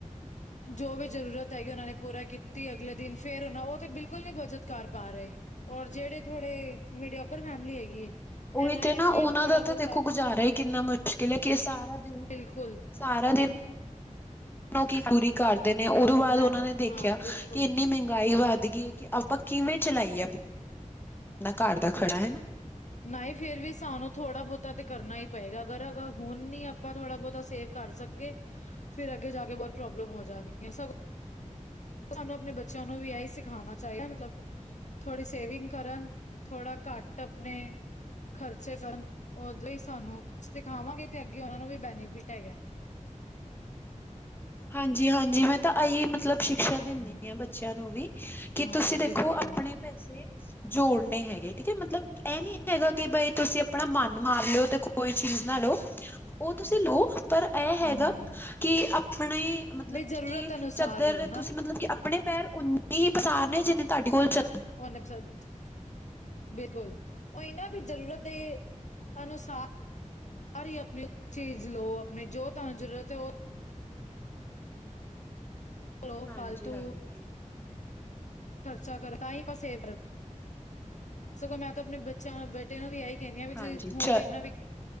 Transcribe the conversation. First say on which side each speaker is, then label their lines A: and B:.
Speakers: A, on the left; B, on the left.
A: ਜੋ ਵੀ ਜ਼ਰੂਰਤ ਹੈਗੀ ਉਹਨਾਂ ਨੇ ਪੂਰਾ ਕੀਤੀ ਅਗਲੇ ਦਿਨ ਫੇਰ ਉਹਨਾਂ ਉਹ ਤੇ ਬਿਲਕੁਲ ਨੀ ਬਚਤ ਕਰ ਪਾ ਰਹੇ ਔਰ ਜਿਹੜੇ ਥਹਾੜੇ ਮੀਡੀਯਓਕਰ ਫੈਮਿਲੀ ਹੈਗੀ
B: ਉਹੀ
A: ਇਹਨਾਂ
B: ਤੇ
A: ਨੇ
B: ਨਾ
A: ਫਿਰ
B: ਉਹਨਾਂ
A: ਥੋੜਾ
B: ਦਾ
A: ਬਹੁਤਾ
B: ਤਾਂ ਦੇਖੋ ਗੁਜ਼ਾਰਾ ਹੀ ਕਿੰਨਾ ਮੁਸ਼ਕਿਲ ਏ ਕਿ ਸਾਰਾ ਦਿਨ
A: ਬਿਲਕੁਲ
B: ਸਾਰਾ ਦਿਨ ਕੀ ਪੂਰੀ ਕਰਦੇ ਨੇ ਉਹਦੋਂ ਬਾਅਦ
A: ਮਿਹਨਤ
B: ਉਹਨਾਂ ਨੇ ਦੇਖਿਆ
A: ਹਾਂ ਬਿਲਕੁਲ
B: ਕਿ ਇੰਨੀ ਮਹਿੰਗਾਈ ਵੱਧ ਗਈ ਕਿ ਆਪਾਂ ਕਿਵੇਂ ਚਲਾਈਏ ਆਪਣਨਾ ਘਰ ਦਾ ਖੜਾ ਹਨਾ
A: ਨਹੀਂ ਫੇਰ ਵੀ ਸਾਨੂੰ ਥੋੜਾ ਬਹੋਤਾ ਤੇ ਕਰਨਾ ਹੀ ਪਏਗਾ ਅਗਰ ਅ ਹੁਨ ਨੀ ਆਪਾ ਥੋੜਾ ਬਹੁਤਾ ਸੇਵ ਕਰ ਸਗੇ ਫੇਰ ਅੱਗੇ ਜਾ ਕੇ ਬਹੁਤ ਪ੍ਰੋਬਲਮ ਹੋ ਜਾਨੀ ਏ ਸਗੋਂ ਸਾਨੂੰ ਆਪਨੇ ਬੱਚਿਆਂ ਨੂੰ ਵੀ ਇਹੀ ਸਿਖਾਨਾ ਚਾਹੀਦਾ ਮਤਲਬ ਥੋੜ੍ਹੀ ਸੇਵਿੰਗ ਕਰਨ ਥੋੜਾ ਘੱਟ ਆਪਣੇ ਖ਼ਰਚੇ ਕਰਨ ਉਹ ਲਈ ਸਾਨੂੰ ਸਿਖਾਵਾਂਗੇ ਤੇ ਅੱਗੇ ਉਹਨਾਂ ਨੂੰ ਵੀ ਬੈਨੀਫਿਟ ਹੈਗਾ
B: ਹਾਂਜੀ ਹਾਂਜੀ ਮੈਂ ਤਾਂ ਆਈ ਮਤਲਬ ਸ਼ਿਕਸ਼ਾ ਦਿੰਦੀ
A: ਹਮ,
B: ਹ ਬੱਚਿਆਂ ਨੂੰ ਵੀ ਕਿ
A: ਹਾਂ
B: ਤੁਸੀਂ ਦੇਖੋ
A: ਬਿਲਕੁਲ
B: ਆਪਣੇ ਪੈਸੇ ਜੋੜਨੇ ਹੈਗੇ ਠੀਕੇ ਮਤਲਬ ਇਹ ਨੀ ਹੈਗਾ ਕਿ ਬਈ ਤੁਸੀਂ ਆਪਣਾ ਮਨ ਮਾਰ ਲਓ ਤੇ ਕੋਈ ਚੀਜ਼ ਨਾ ਲਓ ਉਹ ਤੁਸੀਂ ਲੋਓ ਪਰ ਇਹ ਹੈਗਾ
A: ਹੂੰ
B: ਕਿ ਆਪਣੇ ਮਤਲਬ
A: ਵੀ ਜ਼ਰੂਰਤ
B: ਕਿ
A: ਅਨੁਸਾਰ
B: ਚਦਰ
A: ਲਓ ਨਾ
B: ਤੁਸੀਂ ਮਤਲਬ ਕਿ ਆਪਣੇ ਪੈਰ ਉਓਨੇ ਹੀ ਪਸਾਰ ਨੇ ਜਿੰਨੇ ਤੁਹਾਡੇ ਕੋਲ ਚ
A: <unintelligible> ਬਿਲਕੁਲ ਉਹ ਇਹਨਾਂ ਵੀ ਜ਼ਰੂਰਤ ਦੇ ਅਨੁਸਾਰ <unintelligible> ਆਪਣੀ ਚੀਜ਼ ਲਓ ਆਪਣੀ ਜੋ ਤੂਸਾਨੂੰ ਜ਼ਰੂਰਤ ਹੈ ਉਹ ਲੋ
B: ਹਾਂਜੀ-ਹਾਂਜੀ।
A: ਫਾਲਤੂ
B: ਹਾਂਜੀ
A: ਖਰਚਾ ਕਰ ਤਾਂ ਹੀ ਪਾਸੇ ਸਗੋਂ ਮੈਂ ਤਾਂ ਆਪਨੇ ਬੱਚਿਆਂ ਬੇਟੇ ਨੂੰ ਵੀ ਆਈ ਕੈਹਨੀ ਆ ਵੀ ਤੁਸੀਂ
B: ਹਾਂਜੀ
A: ਹੁਨ
B: ਚ
A: ਤਾਂ ਆਪਨਾ